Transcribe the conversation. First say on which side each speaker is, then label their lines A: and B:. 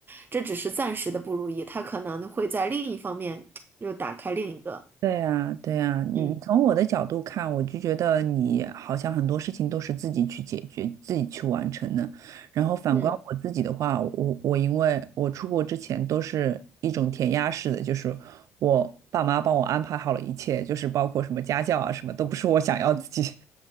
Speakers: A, on the right; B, on the right.
A: 这只是暂时的不如意，他可能会在另一方面又打开另一个。
B: 对呀，对呀，你从我的角度看，
A: 嗯
B: 我就觉得你好像很多事情都是自己去解决、自己去完成的。然后反观我自己的话，
A: 嗯
B: 我我因为我出国之前都是一种填鸭式的，就是我爸妈帮我安排好了一切，就是包括什么家教啊，什么都不是我想要自己